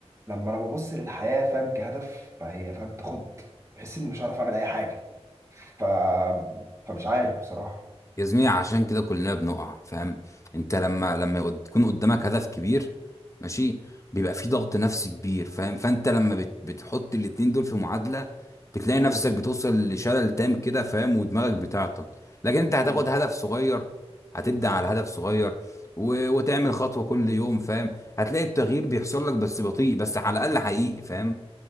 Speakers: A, on the right (about 25°); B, on the left (about 25°).
A: لما انا ببص للحياه فاهم كهدف فهي فاهم تاخد بحس اني مش عارف اعمل اي حاجه ف فمش عارف بصراحه
B: يا زميلي عشان كده كلنا بنقع فاهم انت لما لما يقد- يكون قدامك هدف كبير ماشي بيبقى في ضغط نفسي كبير فاهم فانت لما بت بتحط الاتنين دول في معادلة بتلاقي
A: مم.
B: نفسك بتوصل لشلل تام كده فاهم ودماغك بتعطل لكن انت هتاخد
A: مم.
B: هدف صغير هتبدأ على هدف صغير و... وتعمل خطوة كل يوم فاهم هتلاقي التغيير بيحصل لك بس بطيء بس على الأقل حقيقي فاهم